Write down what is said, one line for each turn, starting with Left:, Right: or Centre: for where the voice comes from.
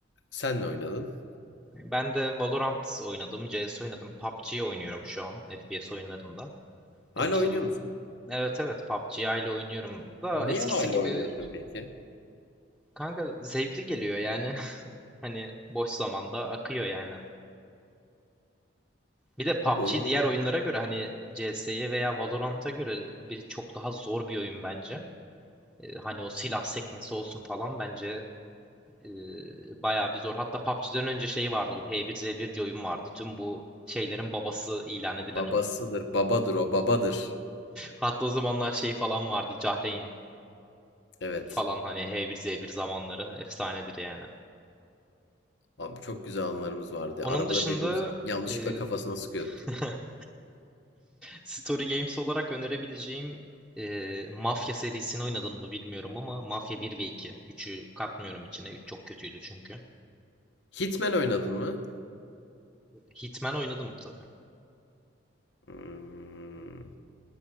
Left: sen ne oynadın?
Centre: Ben de Valorant oynadım, CS oynadım, PUBG oynuyorum şu an FPS oyunlarında.
Left: Hala
Centre: Ee, işte
Left: oynuyor musun?
Centre: evet evet PUBG ile oynuyorum da
Left: Niye
Centre: eskisi
Left: hala
Centre: gibi
Left: oynuyorsun peki?
Centre: kanka zevkli geliyor yani. <laughs> Hani boş zamanda akıyor yani. Bir de PUBG
Left: Abi oyunda
Centre: diğer oyunlara göre hani CS'ye veya Valorant'a göre bir çok daha zor bir oyun bence. Ee, hani o silah sekmesi olsun falan bence e, bayağı bir zor. Hatta PUBG'den önce şey vardı bu H1Z1 diye oyun vardı. Tüm bu şeylerin babası ilan edilen
Left: babasıdır,
Centre: oyun.
Left: babadır o, babadır.
Centre: Hatta o zamanlar şey falan vardı Cahreyn
Left: Evet.
Centre: falan hani H1Z1 zamanları efsanedir yani.
Left: Abi çok güzel anılarımız vardı.
Centre: Onun
Left: ya. Arabada
Centre: dışında
Left: birbirimizi yanlışlıkla
Centre: e,
Left: kafasına
Centre: <laughs>
Left: sıkıyorduk.
Centre: Story Games olarak önerebileceğim e, Mafya serisini oynadın mı bilmiyorum ama Mafya bir ve iki üçü katmıyorum içine. üç çok kötüydü çünkü.
Left: Hitman oynadın mı?
Centre: Hitman oynadım tabii.
Left: Hmm,